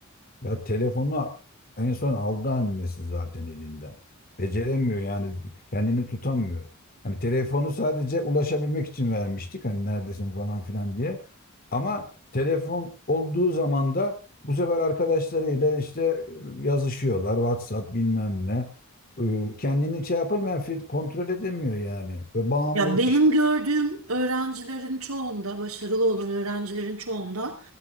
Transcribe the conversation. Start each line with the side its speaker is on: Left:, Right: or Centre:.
Left: Ya telefonu en son aldı annesi zaten elinden. Beceremiyor yani kendini tutamıyor. Hani telefonu sadece ulaşabilmek için vermiştik hani neredesin falan filan diye. Ama telefon olduğu zaman da bu sefer arkadaşlarıyla işte yazışıyorlar WhatsApp bilmem ne. Ee, Kendini şey yapamıyor, kontrol edemiyor yani. Ve bağımlılık
Right: Ya benim
Left: işte.
Right: gördüğüm öğrencilerin çoğunda, başarılı olan öğrencilerin çoğunda